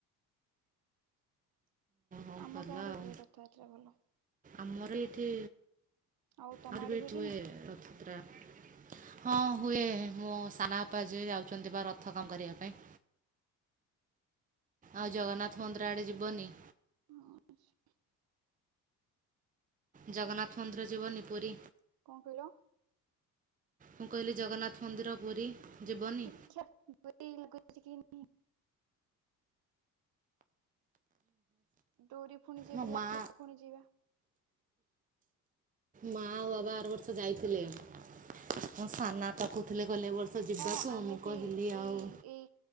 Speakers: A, on the right (about 20°); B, on the right (about 55°).
A: ହଁ
B: ଆମ
A: ଭଲ
B: ଗାଁରେ
A: ଆଉ
B: ହୁଏ ରଥଯାତ୍ରା ଭଲ।
A: ଆମର ଏଇଠି
B: ଆଉ ତମ
A: ଆମର
B: ଆଡେ
A: ବି ଏଠି
B: ହୁଏ କି ନାହିଁ?
A: <unintelligible> ହଁ ହୁଏ ମୋ ସାନ ବାପା ଯିଏ ଯାଉଛନ୍ତି ବା ରଥ କାମ କରିବା ପାଇଁ।
B: <inaudible>
A: ଆଉ ଜଗନ୍ନାଥ ମନ୍ଦିର ଆଡେ ଯିବନି?
B: ହଁ <unintelligible>
A: ଜଗନ୍ନାଥ ମନ୍ଦିର ଯିବନି ପୁରୀ।
B: କଣ କହିଲ?
A: ମୁଁ କହିଲି ଜଗନ୍ନାଥ ମନ୍ଦିର ପୁରୀ। ଯିବନି
B: ଦେଖିଆ <inaudible> ଡୋରି ପୁଣି ଯେବେ
A: ମୋ
B: ଲାଗିବ
A: ମା
B: ଫୁଣି ଯିବା।
A: ମା ଆଉ ବାବା ଆର ବର୍ଷ ଯାଇଥିଲେ ମୋ ସାନବାପା କହୁଥିଲେ କହିଲେ ଏ ବର୍ଷ ଯିବାକୁ
B: ହଁ ଆମେ
A: ମୁଁ
B: ବି
A: କହିଲି
B: ଏଇ
A: ଆଉ
B: ଏଇ